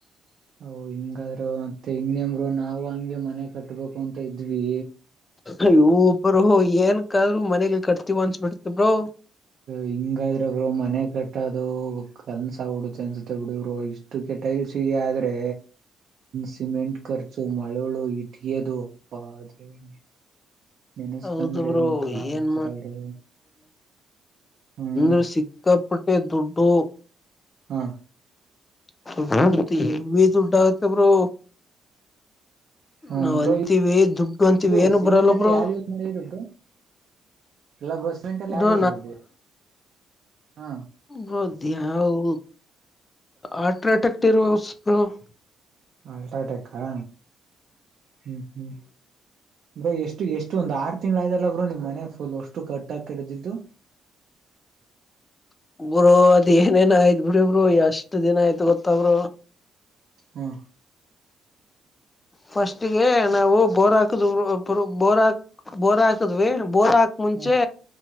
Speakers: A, on the right; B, on the left.
A: ಹ್ ಹಿಂಗಾದ್ರು ಮತ್ತೆ ಇನ್ನೇನ್ ಬ್ರೋ ನಾವು ಹಂಗೆ ಮನೆ ಕಟ್ಬೇಕು ಅಂತ ಇದ್ವಿ.
B: ಅಯ್ಯೋ ಬ್ರೋ ಏನಕಾದ್ರರು ಮನೆಗೆ ಕಟ್ತಿವ ಅನ್ಸಬಿಡ್ತಬ್ರೋ.
A: ಹಿಂಗಾದ್ರ ಬ್ರೋ ಮನೆ ಕಟ್ಟದು ಕಲ್ಸ ಉಡುತ್ತೆ ಅನ್ಸುತ್ತೆ ಬಿಡರು ಇಷ್ಟು ಕೆಟ್ಟ. ಟೈಲ್ಸಿಗೆ ಆದ್ರೆ. ಸಿಮೆಂಟ್ ಖರ್ಚು ಮಳೋಳು ಇಟ್ಟಿಗೆದು ಅಪ್ಪ ದೇವ್ರೆ. ನೆನಸ್ಕಂದ್ರೆ
B: ಹೌದು ಬ್ರೋ
A: ಒಂಥರ
B: ಏನ್
A: ಆತರ ಬ್ರೋ. ಹ್ಮ್
B: ಹೂ ಸಿಕ್ಕಾಪಟ್ಟೆ ದುಡ್ಡು.
A: ಹಾ.
B: <unintelligible> ಹೇವಿ ದುಡ್ಡು ಆಗುತ್ತೆ ಬ್ರೋ.
A: ಹ್ಮ
B: ನಾವ್
A: ಬ್ರೋ
B: ಅಂತೀವಿ ದುಡ್ಡು ಅಂತೀವಿ
A: ಇದು
B: ಏನು
A: ಸಿಮೆಂಟ್
B: ಬರಲ್ಲ
A: ಎಲ್ಲ
B: ಬ್ರೋ
A: ಯಾರು ಯೂಸ್ ಮಾಡರು ಬ್ರೋ. ಇಲ್ಲ ಬ್ರೋ ಸೀಮೆಟಲ್ಲ
B: ಬ್ರೋ
A: ಯಾವುದು ಯುಸ್ ಮಾಡಿದ್ರಿ. ಹಾ
B: ಹಾ. ದ್ಯಾವ ಆರ್ಟ್ಟ್ಯಾಕ್ ಇರುವ ಉಸ್ ಬ್ರೋ. <unintelligible>
A: ಅಲ್ಟ್ರಾಟೆಕ್ ಹಾ ಹ್ಮ್ ಹ್ಮ್ ಬ್ರೋ ಎಷ್ಟು ಎಷ್ಟು ಒಂದ್ ಆರು ತಿಂಗ್ಗಳ ಆಯತಲ್ಲ ಬ್ರೋ ನಿಮ್ ಮನೆ ಫುಲ್ ಅಷ್ಟು ಕಟ್ಟಕ ಕಡ್ದಿದ್ದು.
B: <inaudible> ಬ್ರೋ ಅದ್ ಏನೇನ ಆಯ್ತ್ ಬುರಬರು ಎಷ್ಟ್ ದಿನ ಆಯ್ತ ಗೊತ್ತ ಬ್ರೋ.
A: ಹೂಂ.
B: ಫಸ್ಟ್ಗೆ ನಾವು ಬೋರ್ ಹಾಕದ ಬೋರ್ ಹಾಕ್ ಬೋರ ಹಾಕದ್ವಿ. ಬೋರ್ ಹಾಕ್ ಮುಂಚೆ
A: ಹ್ಮ್